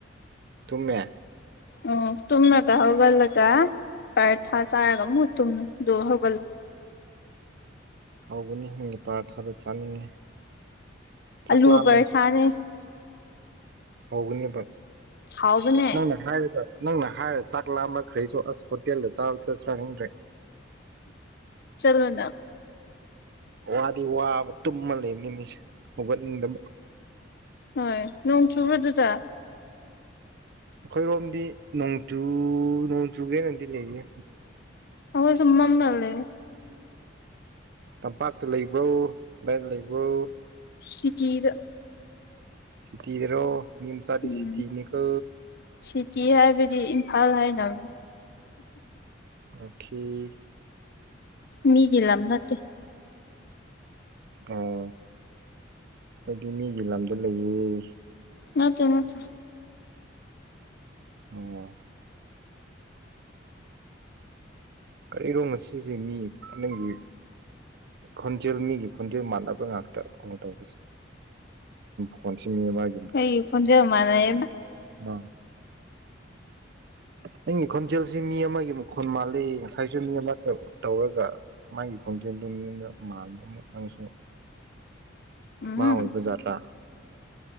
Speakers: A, on the right; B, on the left.
A: ꯇꯨꯝꯃꯦ
B: ꯑꯣ ꯇꯨꯝꯂꯒ ꯍꯧꯒꯠꯂꯒ ꯄꯔꯊꯥ ꯆꯥꯔꯒ ꯑꯃꯨꯛ ꯇꯨꯝ ꯗꯨ ꯍꯧ
A: ꯍꯒꯅꯤ ꯅꯪꯒꯤ ꯄꯔꯊꯥꯗ ꯆꯥꯅꯤꯡꯉꯦ ꯆꯥꯛ
B: ꯑꯂꯨ
A: ꯂꯥꯝꯃꯦ
B: ꯄꯔꯊꯥꯅꯦ
A: ꯑꯩꯁꯨ ꯍꯧꯒꯅꯦꯕ
B: ꯍꯥꯎꯕꯅꯦ
A: ꯅꯪꯅ ꯍꯥꯏꯔꯒ ꯅꯪꯅ ꯍꯥꯏꯔ ꯆꯥꯛ ꯂꯥꯝꯕꯈ꯭ꯔꯩꯁꯨ ꯑꯁ ꯍꯣꯇꯦꯜꯗ ꯆꯥꯕ ꯆꯠꯁ꯭ꯔꯥ ꯈꯪꯗ꯭ꯔꯦ
B: ꯆꯂꯣꯅ
A: ꯋꯥꯗꯤ ꯋꯥꯕ ꯇꯨꯝꯃ ꯂꯩꯕ ꯅꯦꯁꯦ ꯍꯧꯒꯠꯅꯤꯡꯗꯕ
B: ꯍꯣꯏ ꯅꯣꯡ ꯆꯨꯕ ꯗꯨꯗ
A: ꯈꯣꯏꯔꯣꯝꯗꯤ ꯅꯣꯡꯆꯨ ꯅꯣꯡꯆꯨꯒꯦꯅꯗꯤ ꯂꯩꯒ
B: ꯑ ꯆꯨꯝꯃꯅꯥ ꯂꯩ
A: ꯇꯝꯄꯥꯛꯇ ꯂꯩꯕ꯭ꯔꯧ ꯂꯗꯥꯥꯏ ꯂꯩꯕ꯭ꯔꯧ
B: ꯁꯤꯇꯤꯗ
A: ꯁꯤꯇꯤꯔꯣ ꯅꯤꯡꯅꯤꯌꯝ ꯆꯂꯤ
B: ꯎꯝ
A: ꯁꯤꯇꯅꯤꯀ
B: ꯁꯤꯇꯤ ꯍꯥꯏꯕꯗꯤ ꯏꯝꯐꯥꯜ ꯍꯥꯏꯅꯕ
A: <unintelligible>
B: ꯃꯤꯒꯤ ꯂꯝ ꯅꯠꯇꯦ
A: ꯑꯣ ꯈꯣꯏꯗꯤ ꯃꯤꯒꯤ ꯂꯝꯗ ꯂꯩꯌꯦ
B: ꯅꯠꯇꯦ ꯅꯠꯇꯦ
A: ꯑꯣ ꯀꯔꯤꯔꯣ ꯉꯁꯤꯁꯦ ꯃꯤ ꯗꯪꯒꯤ ꯈꯣꯟꯖꯦꯜ ꯃꯤꯒꯤ ꯈꯣꯟꯖꯦꯜ ꯃꯥꯟꯅꯕ ꯉꯥꯛꯇ ꯈꯣꯡ ꯇꯧꯕꯁꯦ ꯐꯣꯟꯁꯤ ꯃꯤ ꯑꯃꯒꯤꯒꯤ
B: ꯑꯩ ꯈꯣꯟꯖꯦꯜ ꯃꯥꯅꯩꯕ
A: <unintelligible> ꯅꯪꯒꯤ ꯈꯣꯟꯖꯦꯜꯁꯤ ꯃꯤ ꯑꯃꯒꯤ ꯃꯈꯣꯟ ꯃꯥꯜꯂꯤ ꯉꯁꯥꯏ ꯁꯤꯁꯨ ꯃꯤ ꯑꯃꯈꯛ ꯇꯧꯔꯒ ꯃꯥꯒꯤ ꯈꯣꯡꯖꯦꯜꯗꯨ ꯃꯤꯅ ꯃꯥꯟꯕ ꯑꯃꯨꯛ ꯅꯪꯁꯨ
B: <unintelligible> ꯎꯝ
A: ꯃꯥ ꯑꯣꯏꯕ ꯖꯥꯠꯔꯥ